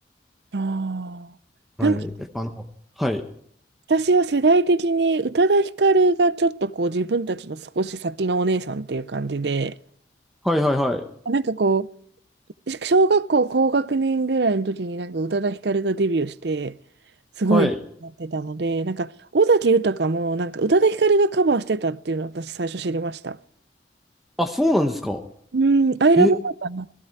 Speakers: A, on the right; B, in the centre.
A: あー。
B: はい。
A: なんか、
B: やっぱあの、はい。
A: 私は世代的に宇多田ヒカルがちょっとこう、自分たちの少し先のお姉さんっていう感じで、
B: はいはいはい。
A: なんかこう、小学校高学年ぐらいの時になんか宇多田ヒカルがデビューして、すごいなってたので、
B: はい。
A: なんか尾崎豊もなんか宇多田ヒカルがカバーしてたっていうのを私最初知りました。
B: あ、そうなんですか。
A: うん、アイラブかな。
B: へえ。